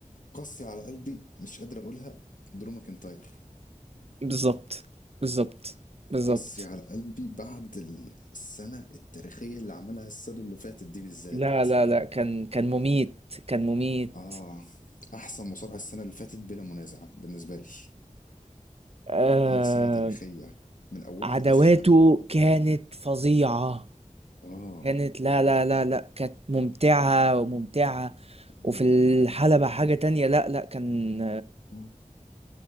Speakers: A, on the left; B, on the right.
A: قاسية على قلبي مش قادر أقولها درو ماكنتاير
B: بالظبط بالظبط بالظبط
A: قاسية على قلبي بعد السنة التاريخية اللي عملها السنة اللي فاتت دي بالذات
B: لا لا لا كان كان مميت كان مميت
A: آه أحسن مصارع السنة اللي فاتت بلا منازع بالنسبة لي
B: آه
A: عمل سنة تاريخية من أولها
B: عدواته
A: لآخرها
B: كانت فظيعة
A: آه
B: كانت لا لا لا لا كانت ممتعة وممتعة
A: آه آه
B: وفي الحلبة حاجة تانية لا لا كان
A: آه